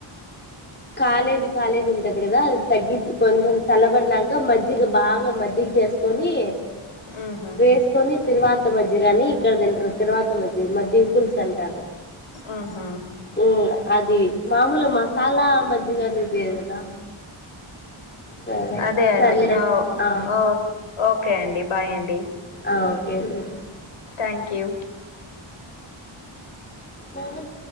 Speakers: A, on the left; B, on the left.
A: కాలేది కాలేది ఉంటది కదా అది తగ్గి కొంచెం చల్లబడినాక మజ్జిగ బాగా మజ్జి టీ చేసుకొని
B: ఉహు
A: వేస్ కొని తిరగవాత మజ్జిగ అని ఇక్కడ తింటారు తిరగవాత మజ్జిగ, మజ్జిగ పులుసు అంటారు.
B: ఆహా
A: యా అది మామూలు మసాలా మజ్జిగన్నా ఇదే కదా సరే
B: అదే
A: సర్లే
B: అండి ఓ
A: ఆ
B: ఓ ఓకే అండి బై అండి
A: ఆ ఓకే అండి
B: థ్యాంక్ యూ
A: దెయ్యం